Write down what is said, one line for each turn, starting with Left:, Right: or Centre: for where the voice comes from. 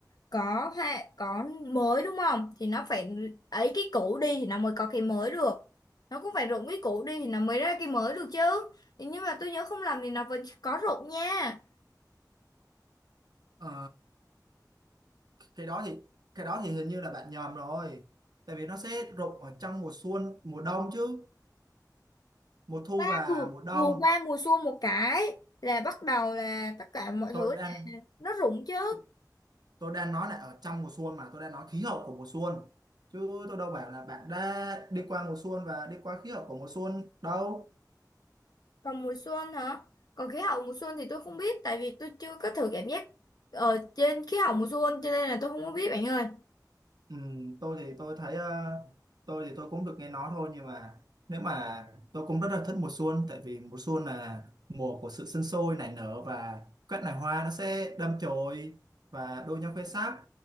Left: có ha có mới đúng không thì nó phải ấy cái cũ đi thì nó mới có cái mới được nó cũng phải rụng cái cũ đi thì nó mới ra cái mới được chứ Thì nhưng mà tôi nhớ không lầm thì nó vẫn có rụng nha
Right: Ờ cái đó thì cái đó thì hình như là bạn nhầm rồi tại vì nó sẽ rụng ở trong mùa xuân mùa đông chứ mùa thu
Left: ba
Right: và
Left: vừa,
Right: mùa đông
Left: vừa qua mùa xuân một cái là bắt đầu là tất cả mọi
Right: tôi
Left: thứ
Right: đang
Left: nó rụng chứ
Right: tôi, tôi đang nói là ở trong mùa xuân mà tôi đang nói khí hậu của mùa xuân chứ tôi đâu bảo là bạn đã đi qua mùa xuân và đi qua khí hậu của mùa xuân đâu
Left: còn mùa xuân hả còn khí hậu mùa xuân thì tôi không biết tại vì tôi chưa có thử cảm giác ở trên khí hậu mùa xuân cho nên là tôi không có biết bạn ơi
Right: Ừ, tôi thì tôi thấy ờ, tôi thì tôi cũng được nghe nói thôi nhưng mà nếu mà tôi cũng rất là thích mùa xuân tại vì mùa xuân là mùa của sự sinh sôi nảy nở và các loài hoa nó sẽ đâm chồi và đua nhau khoe sắc